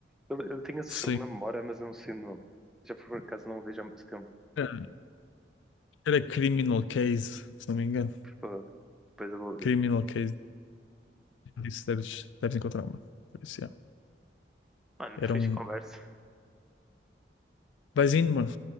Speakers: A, in the centre; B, on the left.
A: Eu, eu tenho esse
B: Sim.
A: jogo na memória, mas eu não sei o nome. Já por acaso não o vejo há muito tempo.
B: Era era Criminal Case, se não me engano.
A: Pô, Depois eu vou ver.
B: Criminal Case. Isso deves, deves encontrar, mano. Por isso, yeah.
A: Mano,
B: Era
A: fiz
B: um.
A: conversa.
B: Vais indo, mano.